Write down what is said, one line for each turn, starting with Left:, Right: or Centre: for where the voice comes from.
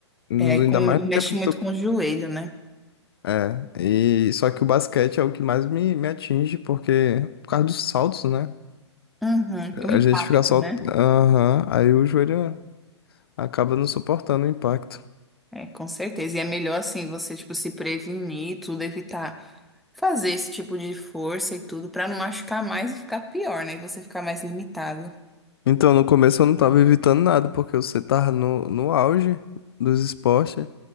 Left: No-
Centre: É,
Left: Ainda
Centre: com,
Left: mais no
Centre: mexe
Left: tempo
Centre: muito
Left: do.
Centre: com o joelho, né?
Left: É, e só que o basquete é o que mais me, me atinge, porque por causa dos saltos, né?
Centre: Uhum. O
Left: A
Centre: impacto,
Left: gente fica só.
Centre: né?
Left: Aham. Aí o joelho acaba não suportando o impacto.
Centre: É, com certeza. E é melhor, assim, você, tipo, se prevenir, tudo, evitar fazer esse tipo de força e tudo, pra não machucar mais e ficar pior, né? E você ficar mais limitado.
Left: Então, no começo eu não tava evitando nada, porque você tava no, no auge dos esportes.